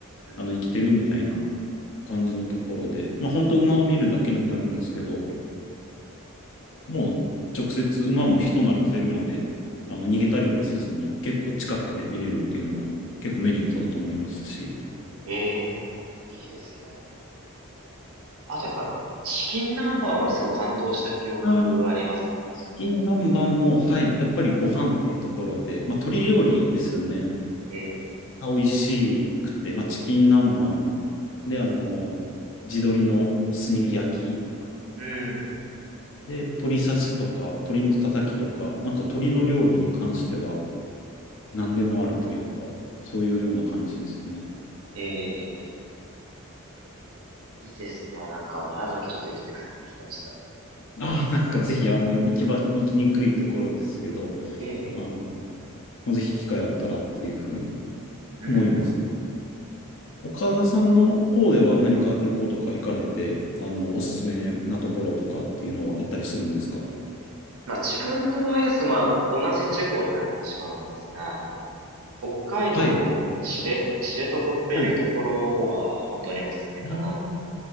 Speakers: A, on the right (about 75°); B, on the left (about 60°).
A: うん
B: あの、生きてるみたいな感じのところで、まあ本当馬を見るだけになるんですけど、
A: うん
B: もう直接馬も人慣れてるので、あの、逃げたりはせずに結構近くで見れるっていうのも結構メリットだと思いますし、
A: ええいいですね。あとやっぱ、チキン南蛮はすごい感動した記憶ありますね。
B: あ金南蛮も、はい、やっぱりご飯っていうところで、まあ、鶏料理ですよね。
A: ええ、ええ、
B: が美味しくて、まあ、チキン南蛮で、あの、地鶏の炭火焼き
A: うん、うんうん
B: で、鶏刺しとか、鶏のたたきとか、なんか鶏の料理に関しては何でもあるというか、そういうような感じですね。
A: ええ、ええいいですね。なんか宮崎ちょっと行きたくなってきました。
B: ああ、なんかぜひ、あの、行きば行きにくいところですけど、
A: ええ
B: あの、ぜひ機会あったらっていうふうに
A: うん。
B: 思います。
A: うんうん
B: 岡田さんの方では何か旅行とか行かれて、あの、おすすめなところとかっていうのはあったりするんですか
A: まあ自分の場合ですと、まあ同じ地方になってしまうんですが、北海道の知れ、
B: はい。
A: 知床っていうところは本当におすすめかなと。
B: はい。ああ、